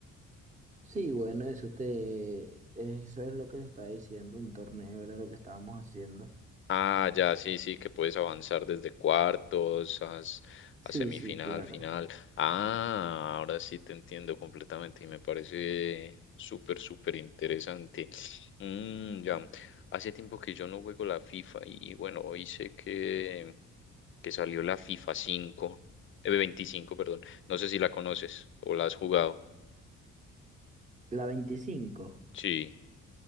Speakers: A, on the right; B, on the left.
A: Sí, bueno, eso te, eso es lo que te estaba diciendo, un torneo era lo que estábamos haciendo.
B: Ah, ya, sí, sí, que puedes avanzar desde cuartos a, s-
A: Sí,
B: a semifinal,
A: sí, claro.
B: final. Ah, ahora sí te entiendo completamente y me parece súper, súper interesante. Mm, ya, hace tiempo que yo no juego la FIFA y, y bueno, hoy sé que, que salió la FIFA 5, eh, 25, perdón. No sé si la conoces o la has jugado.
A: La veinticinco
B: Sí.